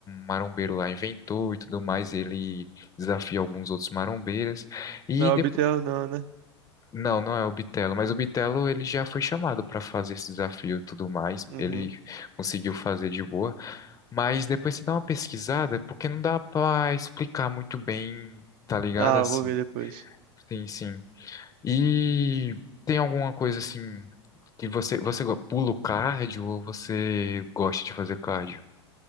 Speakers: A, on the left (about 25°); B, on the right (about 55°).
A: marombeiro lá inventou e tudo mais, ele desafia alguns outros marombeiras e
B: Na
A: depois
B: orbital não, né?
A: Não, não é o Bitelo, mas o Bitelo ele já foi chamado para fazer esse desafio e tudo mais.
B: Uhum.
A: Ele conseguiu fazer de boa, mas depois você dá uma pesquisada, porque não dá para explicar muito bem, tá ligado?
B: Ah,
A: Assim,
B: vou ver depois.
A: sim, sim. E tem alguma coisa assim que você você go- pula o cardio ou você gosta de fazer cardio?